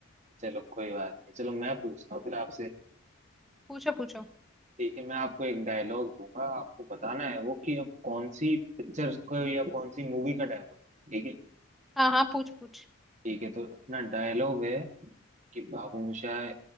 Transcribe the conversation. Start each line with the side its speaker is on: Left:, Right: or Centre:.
Right: चलो कोई बात नहीं चलो मैं पूछता हूँ फिर आपसे
Centre: पूछो पूछो
Right: ठीक है मैं आपको एक डायलॉग दूंगा आपको बताना है वो कि अब कौन सी पिक्चर को या कौन सी मूवी का डायलॉग ठीक है
Centre: हाँ हाँ पूछ पूछ
Right: ठीक है तो अपना डायलॉग है कि बाबू मोशाय